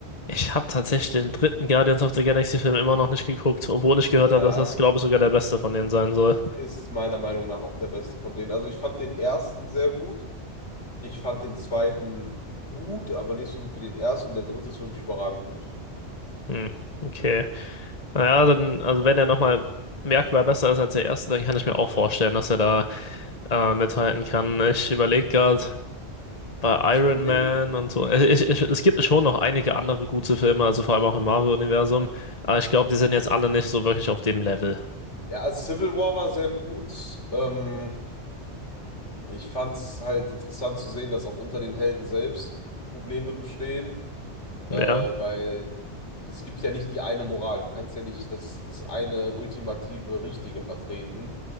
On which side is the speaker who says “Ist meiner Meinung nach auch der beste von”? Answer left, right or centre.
Left